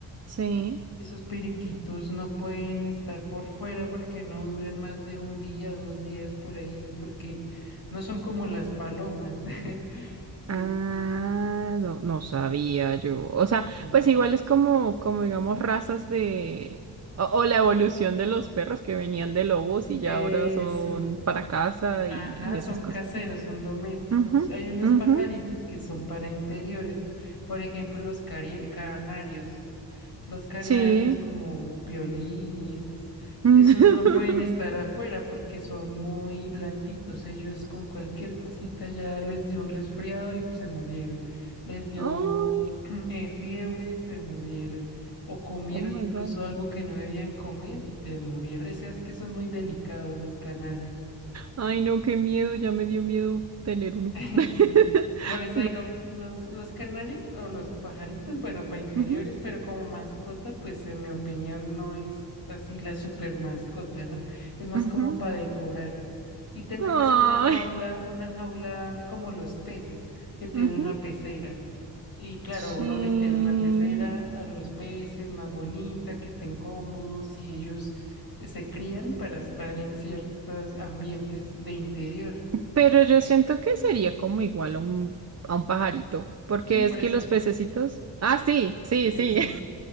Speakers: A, on the right; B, on the left.
A: Sí.
B: y Esos periquitos no pueden estar por fuera porque no duran más de un día o dos días por ahí, porque no son como las palomas. <laughs> Sí,
A: Ah, no, no sabía yo. O sea,
B: sí.
A: pues igual es como, como digamos, razas de... O, o la evolución de los perros que venían de lobos y
B: Eso.
A: ya ahora son para casa
B: Ajá,
A: y, y
B: son
A: esas cosas.
B: caseros,
A: Sí.
B: son domésticos.
A: Ujú,
B: Hay unos
A: ujú,
B: pajaritos que son para interiores, por ejemplo, los cari- canarios. los canarios
A: Sí.
B: como Piolín y esos,
A: <laughs>
B: esos no pueden estar afuera porque son muy blanditos. Ellos con cualquier cosita ya les dio un resfriado y se murieron. Les dio
A: Ay,
B: <clears throat> eh, fiebre, se murieron. O comieron
A: oh my
B: incluso
A: God.
B: algo que no debían comer y te murieron. O sea, es que son muy delicados los canarios.
A: Ay, no, qué miedo, ya me dio miedo tener uno.
B: <laughs>
A: <laughs>
B: Sí, por eso
A: No.
B: digo, los, los canarios o los pajaritos, bueno, para interiores,
A: Ujú,
B: pero como mascota, pues en mi opinión no es así la super mascota, ¿no? Es más
A: ujú.
B: como para decorar y tenerles
A: Ay,
B: una jaula, una jaula como los peces que tienen
A: ujú,
B: una pecera. Y claro,
A: Sí.
B: uno les tiene una pecera a los peces más bonita, que estén cómodos y ellos se crían para estar en ciertos ambientes de interior.
A: Pero yo siento que sería como igual a un, a un pajarito, porque
B: Sí, por
A: es que
B: eso.
A: los pececitos... Ah, sí, sí,
B: Sí,
A: sí,
B: sí.